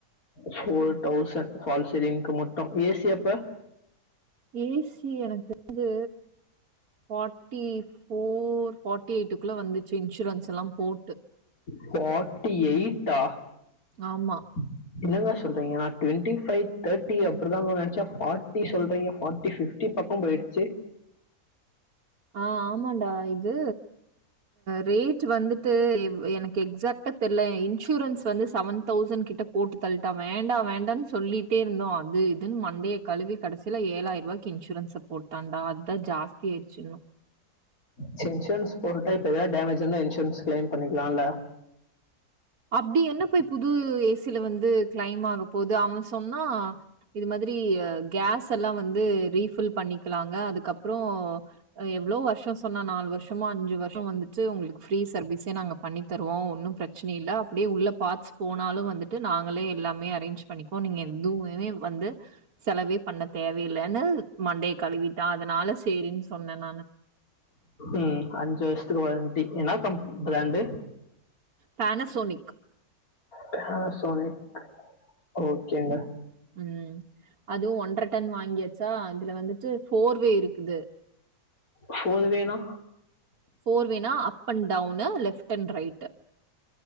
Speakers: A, on the left; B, on the right.
A: ஃபோர் டௌசண்ட் பால்சீலிங்கு மட்டு ஏ சி அப்ப
B: ஏ சி எனக்கு தெரிஞ்சு ஃபார்ட்டி ஃபோர் ஃபார்ட்டி எயிட்டுக்குள்ள வந்துச்சு இன்சூரன்ஸ் எல்லா போட்டு
A: ஃபார்ட்டி எயிட்டா
B: ஆமா
A: <inaudible> என்னங்க சொல்றீங்க நா டுவெண்ட்டி ஃபைவ் தேர்டி அப்டிதா வரு நெனைச்சே ஃபார்டி சொல்றீங்க ஃபார்ட்டி ஃபிப் டி பக்கோ போய்ருச்சு
B: ஆ ஆமான்டா இது ரேட்டு வந்துட்டு இவ் எனக்கு எக்ஸ்சாக்டா தெர்ல இன்சூரன்ஸ் வந்து சவன் தௌசண் கிட்ட போட்டு தள்ட்டான் வேண்டா வேண்டானு சொல்லி ட்டேருந்தோ அது இதுன்னு மண்டைய கழுவி கடைசில ஏழ்ழாயிர ருவாய்க்கி இன்சூரன்ஸ் இந்தா போட்டாண்டா அதுதா ஜாஸ்தி ஆயிடுச்சுன்னு
A: சேர் இன்சூரன்ஸ் ஒரு டைம் இப்ப எதாது டேமேஜ் இருந்தா இன்சூரன்ஸ் கிளைம் பண்ணிக்கலால்ல
B: அப்டி என்ன போய் புது ஏ சி ல வந்து கிளைம் ஆக போது அவன் சொன்னா இது மாதிரி கேஸ் எல்லா வந்து ரீபில் பண்ணிக்கலாங்க அதுக்கப்புறோ ஆ எவ்ளோ வருஷோ சொன்னா நாலு வருஷமோ அஞ்சு வருஷோ வந்துட்டு ஸ்டு ஒங்களுக்கு ஃப்ரீ சர்வீஸே நாங்க பண்ணி தருவோ ஒன்னு பிரச் அப்டியே உள்ள பார்ட்ஸ் போனாலு வந்துட்டு நாங்களே எல்லாமே அரேஞ்ச் பண்ணிக்குகோ நீங்க எதுவுமே வந்து செலவே பண்ணத் தேவையில்லனு மண்டைய கழுவிட்டான் அதனால சேரின்னு சொன்னே நானு
A: ம் அஞ்சு வர்ஷத்துக்கு வாரண்டி என்ன கம் பிராண்டு
B: பேனசோனிக்
A: பேனசோனிக் ஓகேங்க
B: ம் அதுவு ஒன்ற டன் வாங்கியாச்சா அதுல வந்துட்டு ஃபோர்வே இருக்குது
A: ஃபோர்வேனா
B: ஃபோர் வேனா up and down left and right